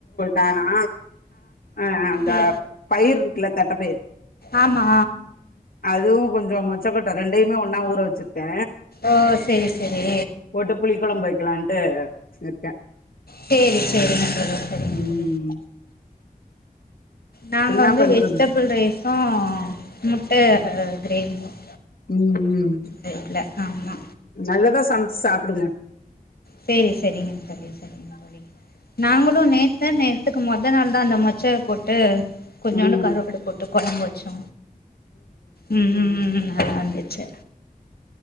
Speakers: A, on the left (about 70°); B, on the left (about 80°).
A: நானா ஆ ஆ அந்த
B: ஏ
A: பயிர் இருக்குல்ல தட்ட பயிர்
B: ஆமா
A: அதுவும் கொஞ்சம் மொச்சக்கொட்ட ரெண்டையுமே ஒன்னா ஊற‌ வச்சிருக்க
B: ஓ செரி செரி
A: போட்டு புளி குழம்பு வைக்கலான்டு இருக்கேன்
B: சேரி சேரிங்க தோழி சேரிங்க
A: ம்
B: நாங்க
A: என்னா
B: வந்து
A: பண்றது
B: வெஜிடபுள் ரைஸும் முட்டை கிரேவியும்
A: உம் உம்
B: நெட்ல ஆமா
A: நல்லதா சமைச்சு சாப்டுங்க
B: சேரி சரிங்க தோழி சரிங்க தோழி நாங்களும் நேத்தா நேத்துக்கு மொத நாள் தா அந்த மொச்சய போட்டு கொஞ்சோண்டு
A: ம்
B: கருவாடு போட்டு கொழம்பு வச்சோ ம் ம் ம் ம் நல்லா இருந்துச்சு